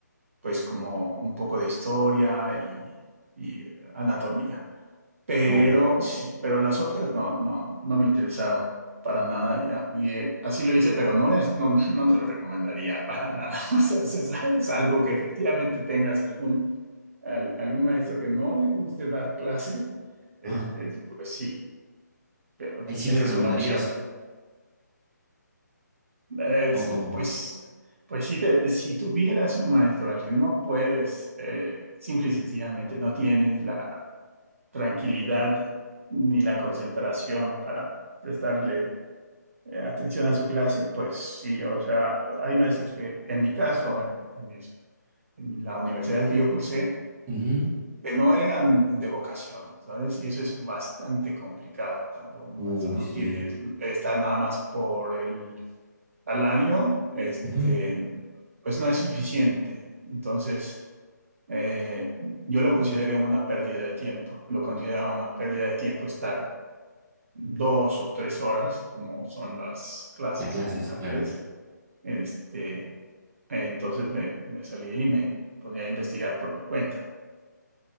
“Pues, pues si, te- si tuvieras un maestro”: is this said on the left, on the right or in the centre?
Right